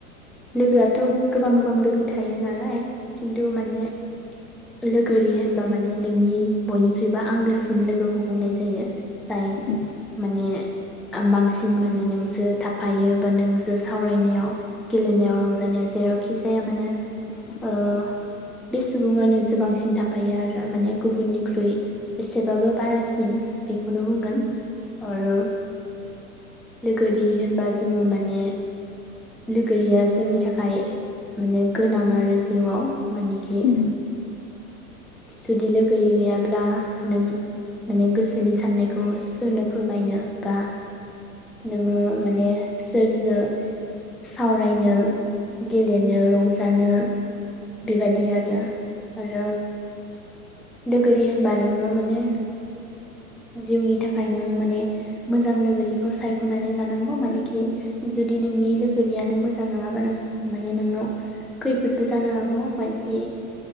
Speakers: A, in the centre; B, on the left.
A: लोगोआथ' गोबां गोबां लोगो थायो नालाय खिन्थु माने लोगोरि होनबा माने नोंनि बयनिख्रुइबो आंगोसिन लोगोखौ बुंनाय जायो जाय
B: उम
A: माने बांसिन माने नोंजों थाफायो बा नोंजों सावरायनायाव गेलेनायाव रंजानायाव जेरावखि जाया मानो
B: <inaudible>
A: ओ बे सुबुङानो ज बांसिन थाफायो आरो माने गुबुननिख्रुइ एसेबाबो बारासिन बेखौनो बुंगोन आरो लोगोरि होनबा जोङो माने लोगोरिया जोंनि थाखाय माने गोनां आरो जिउआव मानेखि
B: उम
A: जुदि लोगि गैयाब्ला नों माने गोसोनि साननायखौ सोरनो फोरमायनो बा नोङो माने सोरनो सावरायनो गेलेनो रंजानो बेबायदि आरो आरो लोगोरि होनबा नोङो माने जिउनि थाखाय नों माने मोजां लोगो बेखौ सायख'नानै लानांगौ मानेखि जुदि नोंनि लो गोरियानो मोजां नङाबा नों माने नोंनाव खैफोदबो जानो हागौ मानेखि